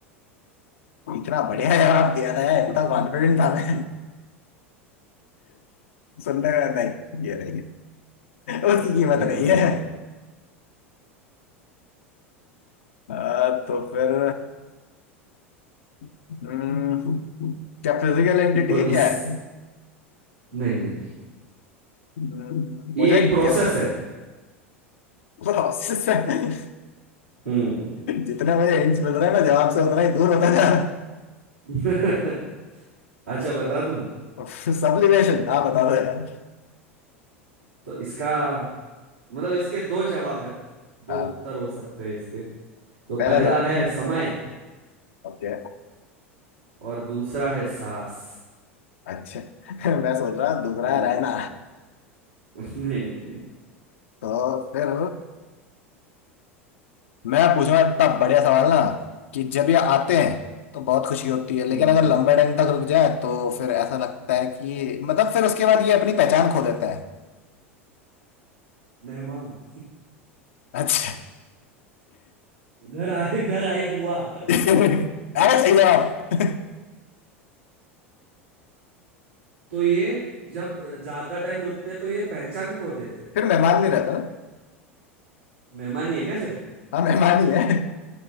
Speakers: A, on the left; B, on the right.
A: इतना बढ़िया जवाब दिया था यार इतना कॉन्फिडेंट था मैं सुनने में नहीं ये नहीं है उसकी कीमत
B: ये
A: नहीं
B: तो नहीं
A: है
B: है
A: आ, तो फिर हम्म, क्या फिजिकल एंटिटी
B: तो
A: है
B: इस
A: क्या है
B: नहीं नहीं
A: हम्म,
B: ये
A: मुझे
B: एक प्रोसेस
A: गेस कर
B: है
A: प्रोसेस है
B: हम्म
A: जितने मुझे हिंट्स मिल रहे हैं मैं जवाब से उतना ही दूर होता जा रहा
B: <laughs> अच्छा बता दूं
A: हूँ <laughs> सब्लिमेशन हाँ बता दो यार
B: तो इसका मतलब इसके दो जवाब है दो
A: हाँ
B: उत्तर हो सकते हैं इसके तो पहला
A: पहला जवाब
B: है समय
A: ओके
B: और दूसरा है सांस
A: अच्छा <laughs> मैं सोच रहा दूसरा
B: हम्म
A: है रहना
B: <laughs> नहीं नहीं नहीं
A: तो फिर मैं पूछूंगा इतना बढ़िया सवाल ना कि जब ये आते हैं तो बहुत खुशी होती है लेकिन
B: हम्म।
A: अगर लंबे टाइम तक रुक जाए तो फिर ऐसा लगता है कि मतलब फिर उसके बाद ये अपनी पहचान खो देता
B: मेहमान
A: है
B: घर आए घर आई बुआ
A: अरे सही जवाब
B: तो ये जब ज्यादा टाइम रुकते तो ये पहचान खो देते
A: फिर मेहमान नहीं रहता ना
B: मेहमान ही है क्या फिर
A: हाँ मेहमान ही है